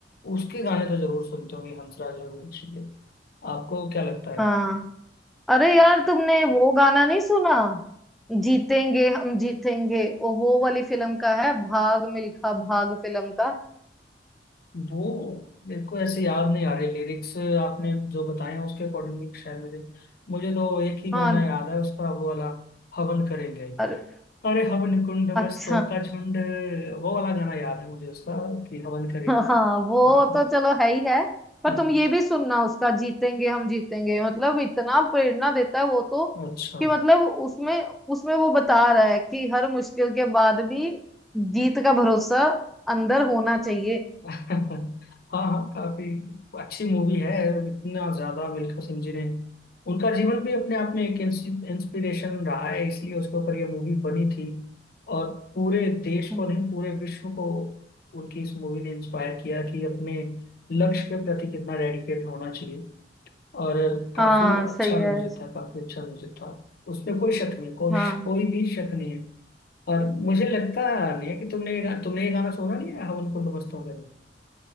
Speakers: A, on the left; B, in the centre.
A: उसके गाने तो जरूर सुनते होंगे हंसराज रघुवंशी के आपको क्या लगता है
B: हाँ अरे यार तुमने वो गाना नहीं सुना जीतेंगे हम जीतेंगे वो वो वाली फिल्म का है भाग मिल्खा भाग फिल्म का
A: वो मेरे को ऐसे याद नहीं आ रहे लिरिक्स आपने जो बताए हैं उसके अकॉर्डिंग शायद मुझे मुझे तो एक ही
B: हाँ
A: गाना याद है उसका वो वाला हवन करेंगे
B: अरे
A: अरे हवन कुंड
B: अच्छा
A: मस्तों का झुंड वो वाला गाना याद है मुझे उसका कि हवन करेंगे
B: हाँ वो
A: हाँ
B: तो चलो है ही है पर
A: हाँ
B: तुम ये भी सुनना उसका जीतेंगे हम जीतेंगे मतलब इतना प्रेरणा देता है वो तो
A: अच्छा
B: कि मतलब उसमें उसमें वो बता रहा है कि हर मुश्किल के बाद भी जीत का भरोसा अंदर होना चाहिए
A: <laughs> हाँ हाँ काफी अच्छी मूवी है इतना ज्यादा मिल्खा सिंह जी ने उनका जीवन भी अपने आप में एक इंस्पिरेशन रहा है इसलिए उसके ऊपर ये मूवी बनी थी और पूरे देश
B: हम्म।
A: को नहीं पूरे विश्व को उनकी इस मूवी ने इंस्पायर किया कि अपने लक्ष्य के प्रति कितना डेडिकेट होना चाहिए और काफी
B: हाँ
A: अच्छा
B: सही है
A: म्यूजिक था काफी अच्छा म्यूजिक था उसमें कोई शक नहीं कोई
B: हाँ
A: कोई भी शक नहीं है और मुझे लगता नहीं है कि तुमने ये गा, तुमने ये गाना सुना नहीं है हवन कुंड मस्तों का नहीं